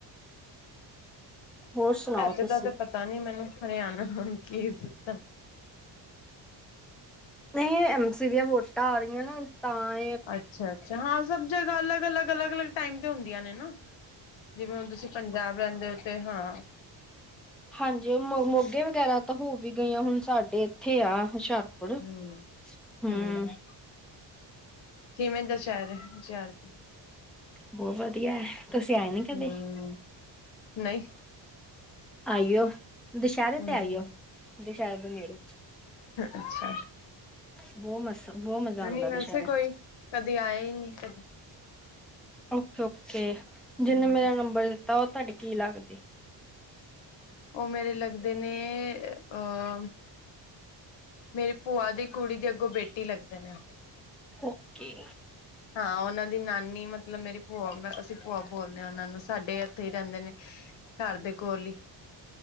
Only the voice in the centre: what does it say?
ਹੋਰ ਸੁਣਾਓ
ਤੁਸੀਂ?
ਨਹੀਂ ਐਮ ਸੀ ਦੀਆਂ ਵੋਟਾਂ ਆ ਰਈਆਂ ਨੇ ਤਾਂ ਏ
ਹਾਂਜੀ ਮ ਮੋਗੇ ਵਗੈਰਾ ਤਾਂ ਹੋ ਵੀ ਗਈਆਂ ਹੁਣ ਸਾਡੇ ਇੱਥੇ ਆ ਹੋਸ਼ਿਆਰ ਅਰੇ
ਹੂੰ।
ਬਹੁਤ ਵਧੀਆ ਹੈ, ਤੁਸੀਂ ਆਏ ਨੀ ਕਦੇ?
ਆਈਓ, ਦੁਸਹਿਰੇ
ਤੇ ਆਈਓ, ਦੁਸਹਿਰੇ ਦੇ ਨੇੜੇ।
ਬਹੁਤ ਮਸ ਬਹੁਤ ਮਜ਼ਾ
ਆਉਂਦਾ
ਦੁਸ਼ਹਿਰਾ।
ਓਕੇ- ਓਕੇ ਜਿਹਨੇ
ਮੇਰਾ ਨੰਬਰ ਦਿੱਤਾ, ਉਹ ਤੁਹਾਡੀੇ ਕੀ ਲੱਗਦੇ?
ਓਕੇ।